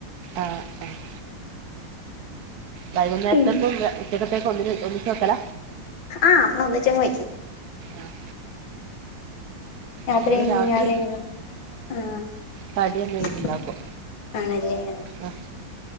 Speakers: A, on the right (about 60°); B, on the left (about 75°).
A: ആഹ് ആഹ് വൈകുന്നേരത്തേക്കും
B: പിന്നെ
A: ഉച്ചക്കത്തേക്കും ഒന്നിന് ഒന്നിച്ച് വെക്കല
B: ആഹ് അമ്മ ഒന്നിചങ്ങ് വക്കും
A: ആഹ്
B: രാത്രിം
A: ഞങ്ങള് രാത്രി
B: രാവിലെങ്ങനാ ആഹ്ആണല്ലേ
A: കടി എന്തെങ്കിലും ഉണ്ടാക്കും
B: ആ
A: ആഹ്